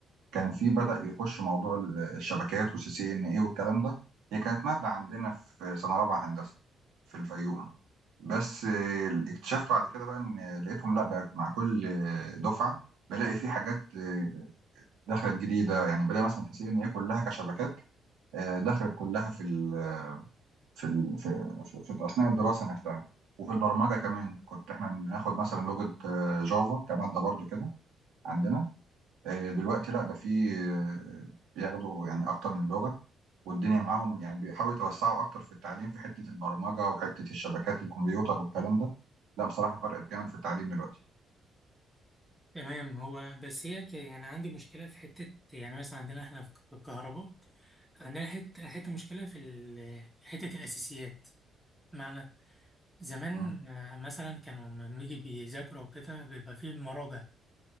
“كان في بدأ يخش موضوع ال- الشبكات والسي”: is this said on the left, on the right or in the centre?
Right